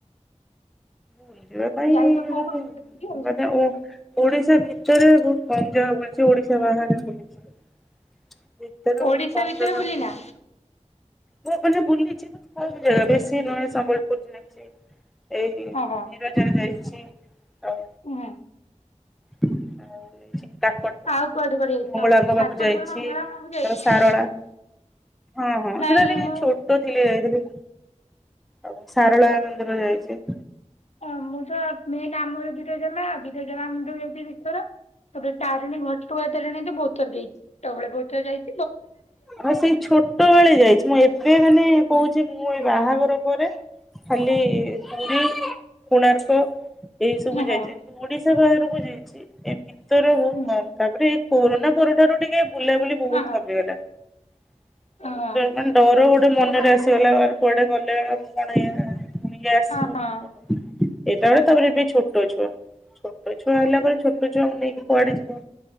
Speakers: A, in the centre; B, on the left.
A: ବୁଲିବା ପାଇଁ
B: ଯାଇଛ କୋଉ
A: ମୁଁ
B: କୋଉ ମନ୍ଦିର ବୁଲିବାକୁ?
A: ମାନେ‌ ମୁଁ ଓଡିଶା ଭିତରେ ବୋହୁତ କମ ଜାଗା ବୁଲିଛି ଓଡିଶା ବାହାରେ ବୁଲିଚି। ଭିତରେ
B: ଓଡିଶା
A: ବୋହୁତ କମ୍
B: ଭିତରେ
A: ଜାଗା
B: ବୁଲିନା
A: ବୁଲିଚି। ମୁଁ ମାନେ ବୁଲିଚି କିନ୍ତୁ କମ୍ ଜାଗା ବେଶୀ ନୁହେଁ ସମ୍ବଲପୁର ଯାଇଚି। ଏଇଠୀ
B: ଓହୋ
A: ବିରଜା ଯାଇଛି ଆଉ
B: <unintelligible>
A: ହୁଁ ଆଉ ଯାଇଚି କାକଟପୁର୍
B: ଆଉ କୁଆଡେ କୁଆଡେ ଯାଇଛ?
A: ମଙ୍ଗଳାଙ୍କ ପାଖକୁ
B: କାକଟପୁର
A: ଯାଇଛି
B: ମଙ୍ଗଳା ମୁଁ ବି ଯାଇଛି
A: ଣୁ ସାରଳା ହଁ ହଁ
B: ନାଇଁ
A: ସେଟା ଟିକେ
B: ମୁଁ
A: ଛୋଟୋ ଥିଲି ଯାଇଥିଲି। ଆଉ ସାରଳା ମନ୍ଦିର ଯାଇଚି।
B: ଅଁ ମୁଁ ତ ମେନ୍ ଆମ୍ ଆମର ବିରଜାମା ଆ ବିରଜା ମା ମନ୍ଦିରକୁ ଯାଇଚି ଦିଥର ତାପରେ ତାରିଣୀ ଘଟ ତୁ ବୈତରଣୀ ତ ବୋହୁତ ଥର ଯାଇଚି ଛୋଟୋ ବୋଳେ ବୋହୁତ ଥର ଯାଇ
A: ହଁ ସେଇ ଛୋଟୋ ବୋଳେ ଯାଇଛି ମୁଁ ଏବେ ମାନେ
B: ହୁଁ
A: କୋହୁଚି ମୁଁ ଏଇ ବାହାଘର ପରେ ଖାଲି ପୁରୀ କୋଣାର୍କ ଏଇ ସବୁ
B: ହଁ
A: ଯାଇଚି
B: ହଁ।
A: କିନ୍ତୁ ଓଡିଶା ବାହାରକୁ ଯାଇଛି ଏ ଭିତର ବୋହୁତ
B: ହୁଁ।
A: କମ ତାପରେ କୋରୋନା ପରଠାରୁ ଟିକେ ବୁଲାବୁଲି ବୋହୁତ୍
B: ହଁ
A: କମିଗଲା ଆଉ
B: ହଁ
A: ଏବେ ମାନେ ଡର ଗୋଟେ ମନରେ ଆସିଗଲା ଆରେ କୁଆଡେ ଗଲେ ଆଉ ମୁଁ। <unintelligible> ଫୁଣି ଇଏ ଆସିବ
B: ହଁ
A: କି କଣ <unintelligible> ତାପରେ ଏବେ ଛୋଟୋ ଛୁଆ ଛୋଟୋ ଛୁଆ ହେଲା ରେ ଛୋଟୋ ଛୁଆଙ୍କୁ ନେଇକି କୁଆଡେ ଯିବ